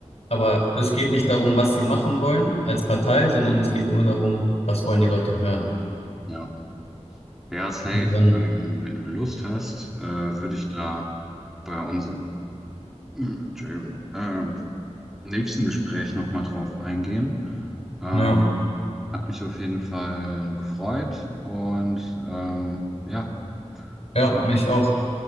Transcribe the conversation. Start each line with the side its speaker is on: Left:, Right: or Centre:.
Left: Aber es geht nicht darum, was sie machen wollen als Partei, sondern es geht nur darum, was wollen die Leute hören.
Centre: Ja, ja, safe.
Left: Und dann,
Centre: Ähm, wenn du Lust hast, äh, würde ich da bei unserem <clears throat> Entschuldigung, ähm, nächsten Gespräch nochmal drauf eingehen. Ähm,
Left: ja,
Centre: hat mich auf jeden Fall gefreut und ähm, ja, schön.
Left: ja, mich auch.